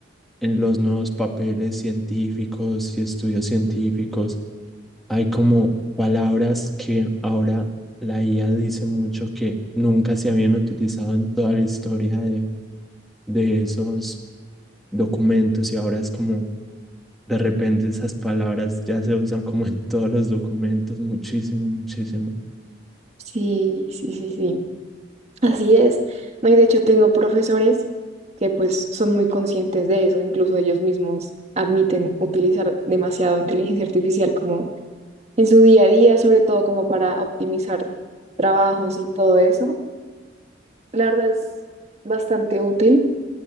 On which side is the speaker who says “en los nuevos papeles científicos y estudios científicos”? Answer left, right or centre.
Centre